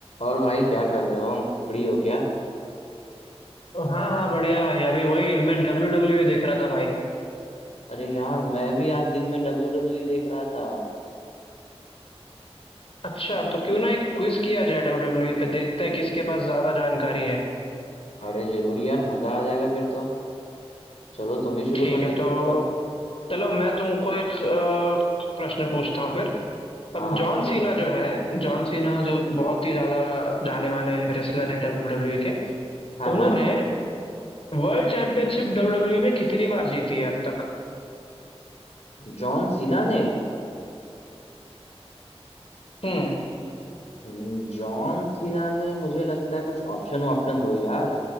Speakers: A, on the left; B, on the left.
A: और भाई क्या कर रहे हो फ्री हो क्या
B: हाँ हाँ बढ़िया भाई अभी वही मैं डब्ल्यू डब्ल्यू देख रहा था भाई
A: अरे यार मैं भी आज दिन में डब्ल्यू डब्ल्यू ई देख रहा था
B: अच्छा तो क्यों ना एक क्विज किया जाए डब्ल्यू डब्ल्यू पे देखते हैं किसके पास ज्यादा जानकारी है
A: अरे जरूरी यार मजा आ जाएगा फिर तो चलो तुम ही शुरू
B: ठीक
A: कर
B: है
A: दो
B: तो
A: फिर तो
B: चलो मैं तुमको एक अ, प्रश्न पूछता हूँ फिर अब
A: हाँ हाँ
B: जॉन
A: पूछो
B: सीना
A: पूछो
B: जो है जॉन सीना जो बहुत ही ज्यादा जाने माने रेसलर हैं डब्ल्यू डब्ल्यू के
A: हाँ
B: उन्होंने
A: हाँ
B: वर्ल्ड चैंपियनशिप डब्ल्यू डब्ल्यू में कितनी बार जीती है अब तक
A: जॉन सीना ने
B: हम्म
A: हम्म, जॉन सीना ने मुझे लगता है कुछ ऑप्शन ऑप्शन दो यार